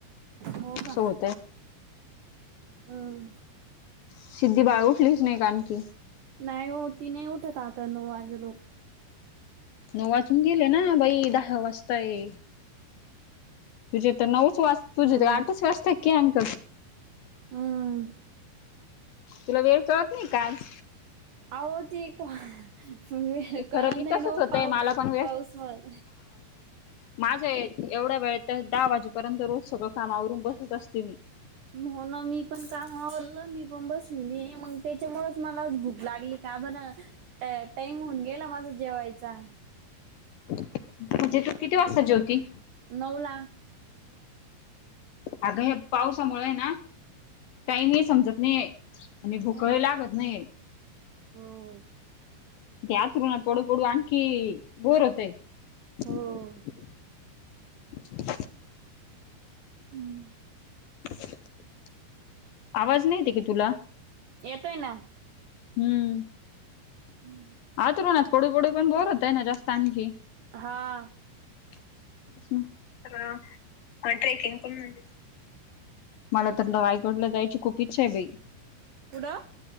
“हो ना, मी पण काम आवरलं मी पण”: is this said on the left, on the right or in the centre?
Right